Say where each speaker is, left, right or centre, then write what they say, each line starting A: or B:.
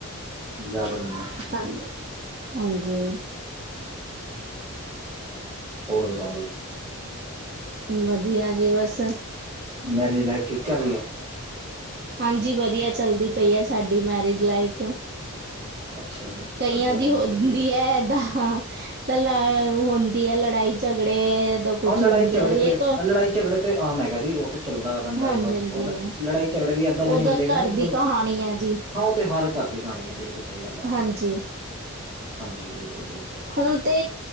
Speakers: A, on the right; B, on the right.
A: ਯਾਦ ਐ ਮੈਨੂੰ
B: ਹਾਂਜੀ, ਹਾਂਜੀ।
A: ਹੋਰ ਸਨਾਓ <unintelligible>
B: ਵਦੀਆ ਜੀ ਬਸ
A: ਮੈਰਿਜ ਲਾਈਫ ਠੀਕ ਚੱਲ ਰੀ ਏ।
B: ਹਾਂਜੀ, ਵਦੀਆ ਚੱਲਦੀ ਪਈ ਐ ਸਾਡੀ ਮੈਰਿਜ ਲਾਈਫ
A: ਅੱਛਾ ਜੀ।
B: ਕਈਆਂ
A: ਵਧੀਆ
B: ਦੀ
A: ਹੋਣੀ
B: ਹੋਂਦੀ
A: ਚਾਹੀਦੀ ਐ ਜੀ।
B: ਏ ਐਦਾ ਪੈਲਾ ਐ ਹੋਂਦੀ ਏ ਲੜਾਈ ਝਗੜੇ ਦਾ ਕੁਛ
A: ਹਾਂ, ਲੜਾਈ
B: ਹੁੰਦਾ
A: ਝਗੜੇ
B: ਇਹ
A: ਤੇ
B: ਤਾਂ
A: ਲੜਾਈ ਝਗੜੇ ਤੇ ਆਮ ਹੈਗਾ ਜੀ ਓ ਤੇ ਚੱਲਦਾ ਰੈਂਦਾ
B: ਹਾਂਜੀ
A: ਬਾਸ
B: ਹਾਂਜੀ
A: ਹੁਨ। ਲੜਾਈ ਝਗੜੇ ਵੀ ਏਦਾਂ
B: ਉਹਦਾ
A: ਦੇ ਨੀ ਹੋਣੇ ਚਾਈਦੇ
B: ਘਰ
A: ਨਾ ਕੇ
B: ਦੀ
A: ਦੋਨੋਂ
B: ਕਹਾਣੀ ਹੈ ਜੀ
A: ਹਾਂ, ਓ ਤੇ ਹਰ ਘਰ ਦੀ ਕਾਣੀ ਐ, ਬਿਲਕੁਲ ਸਈ ਗਾੱਲ ਐ
B: ਹਾਂਜੀ
A: ਹਾਂਜੀ ਬਿਲਕੁਲ, ਬਿਲਕੁਲ।
B: ਹੁਨ ਤੇ